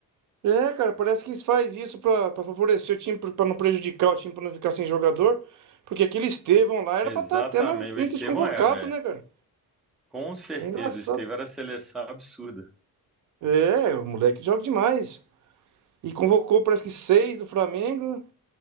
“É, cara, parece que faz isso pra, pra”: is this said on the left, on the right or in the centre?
Right